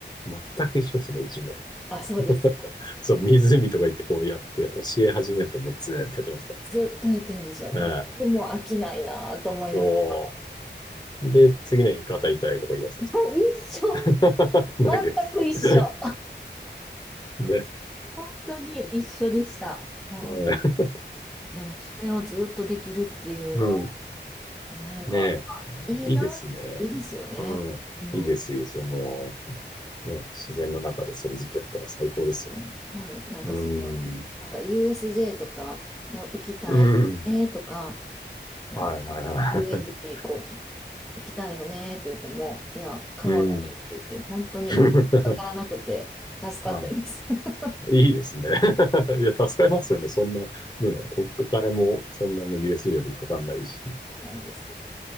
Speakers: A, on the left; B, in the centre.
A: う、全く一緒ですね、うちも。
B: あ、そうですか。
A: <laughs> そう、湖とか行ってこうやって教え始めるともうずーっとやってますから。
B: ずっとやってるんですよ。
A: ええ。
B: よくもう飽きないなぁと思いながら。
A: おー。で、次の日肩痛いとか言い出すんですか
B: はい、一緒。
A: <laughs> 投げです。
B: 全く一緒。
A: <laughs> ね。
B: 本当に一緒でした。うん、
A: ね
B: でも、それをずっとできるっていうの、
A: うん。
B: なんか、
A: ねえ。
B: まあいいな、
A: いいですね。
B: いいですよね。
A: うん。
B: うん。
A: いいです、
B: は
A: いいです。もう、ね、自然の中でそれずっとやったら最高ですよね。
B: い。はいなんかその、
A: うん。
B: なんか USJ とかも行きたいねとか、
A: うん。
B: なんか
A: はい、はい、はい。
B: 遊園地こう行きたいよねって言っても、いや、
A: <laughs>
B: 川がいいって言って、
A: うん。
B: 本当にお金かからなくて助かってます。
A: <laughs> ああ、
B: <laughs>
A: いいですね。<laughs> いや、助かりますよね。そんな、ね、お、お金もそんなに USJ よりかかんないし。
B: そうなんですよ。